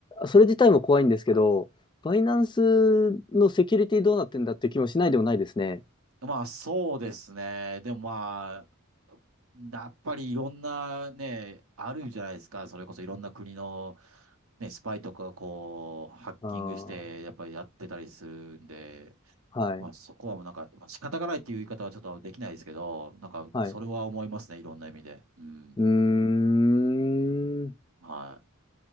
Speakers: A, on the left; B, on the right.
A: それ自体も怖いんですけど、バイナンスのセキュリティどうなってんだって気もしないでもないですね。
B: まあ、そうですね。でもまあ、やっぱりいろんなね、あるじゃないですか。それこそいろんな国の、ね、スパイとかがこう、ハッキングして、
A: ああ、
B: やっぱりやってたりするんで、
A: はい、
B: まあ、そこはもうなんか、まあ、仕方がないっていう言い方はちょっとできないですけど、なんか、
A: はい。
B: それは思いますね、いろんな意味で。うん。
A: うーん、
B: は